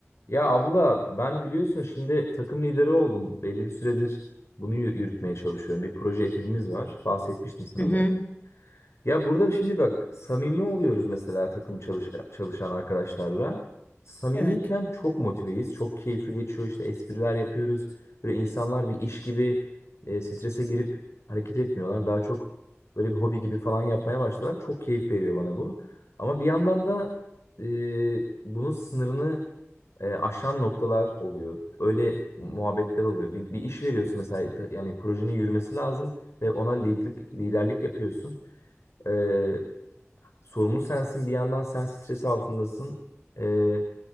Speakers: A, on the left; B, on the left.
A: Ya abla ben biliyorsun şimdi takım lideri oldum. Belli bir süredir bunu yü- yürütmeye çalışıyorum. Bir proje ekibimiz var. Bahsetmiştim sana
B: Hı hı.
A: zaten. Ya burada şimdi bak samimi oluyoruz mesela takım çalış çalışan arkadaşlarla. Samimiyken
B: Evet.
A: çok motiveyiz. Çok keyifli geçiyor. işte espriler yapıyoruz. Böyle insanlar bir iş gibi e, strese girip hareket etmiyorlar. Daha çok böyle bir hobi gibi falan yapmaya başladılar. Çok keyif veriyor bana bu. Ama bir yandan da e, bunun sınırını e, aşan noktalar oluyor. Öyle muhabbetler oluyor. Bir, bir iş veriyorsun mesela ta- yani projenin yürümesi lazım ve ona liderlik, liderlik yapıyorsun. Ee, sorumlu sensin bir yandan sen stres altındasın. Ee,